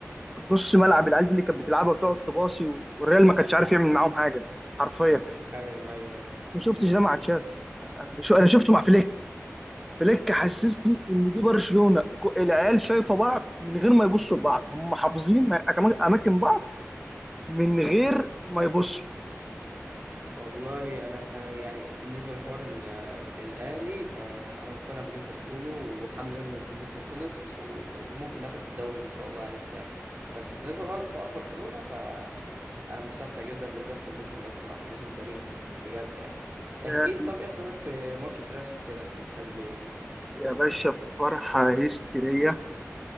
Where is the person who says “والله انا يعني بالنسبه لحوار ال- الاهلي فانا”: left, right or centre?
Right